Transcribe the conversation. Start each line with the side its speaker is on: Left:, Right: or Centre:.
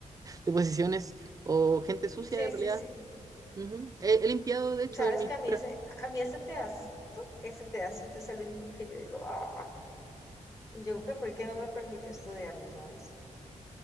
Right: de posiciones o gente sucia
Left: Sí,
Right: en
Left: sí,
Right: realidad.
Left: sí.
Right: Ujú. He, he limpiado, de hecho,
Left: Sabes
Right: en mis
Left: que a mí
Right: prácticas.
Left: ese, a mí ese pedacito, ese pedacito es el único que yo digo, ah, y yo creo que fue el que no me permitió estudiarlo, ¿sabes?